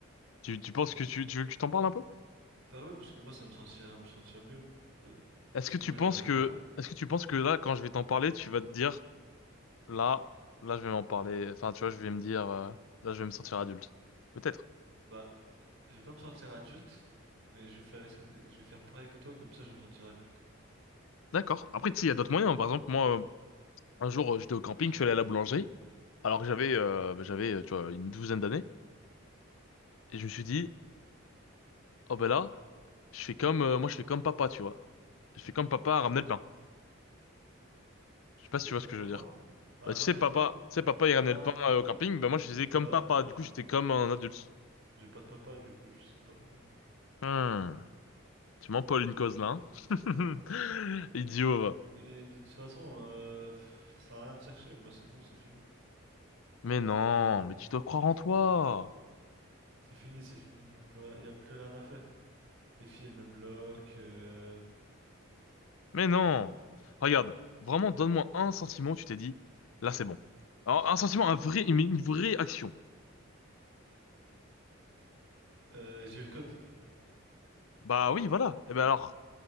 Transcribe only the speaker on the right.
Bah ouais, parce que moi, ça me sentirait me sentir mieux. Euh,
Parce
que
moi,
j'ai envie de le
faire.
Bah, je vais pas me sentir adulte, mais je vais faire, essa- je vais faire pareil que toi, comme ça, je vais me sentir adulte.
Je
fais
comme
papa.
Ah,
ramener
le pain.
Ah,
euh,
bah,
je-
j'ai
j'ai pas de papa, du coup, je sais pas. Mais,
mais de toute façon, euh, pff, ça sert à rien de chercher. Moi, c'est bon, c'est fini.
C'est
bon, c'est fini. C'est fini, c'est fini. Y a plus rien, y a plus rien à faire. Les filles, elles me bloquent. euh,
euh, j'ai eu le code.